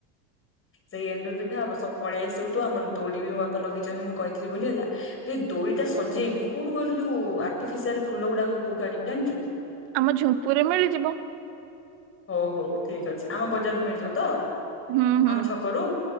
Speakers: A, on the left (about 25°); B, on the right (about 55°).
A: ସେଇ ଏଣ୍ଡୁରି ପିଠା ହବ ସବ ପଳେଇ ଆସିବୁ ତୁ ଆମର ଦୋଳି ବି ମୋ ବାପା ଲଗେଇଛନ୍ତି ମୁଁ କହିଥିଲି ବୋଲି ହେଲା। ଏଇ ଦୋଳିଟା ସଜେଇନି କୋଉଠୁ କହିଲୁ ଯୋଉ ଆର୍ଟିଫିସିଆଲ ଫୁଲ ଗୁଡାକ କଉଠୁ ଆଣିବି ଜାଣିଛୁ କି।
B: ଆମ ଝୁମ୍ପୁରି ରେ ମିଳିଯିବ।
A: ହଉ ହଉ ଠିକ୍ ଅଛି ଆମ ବଜାରରୁ ମିଳିଯିବ ତ।
B: ହୁଁ ହୁଁ
A: ଆମ ଛକରୁ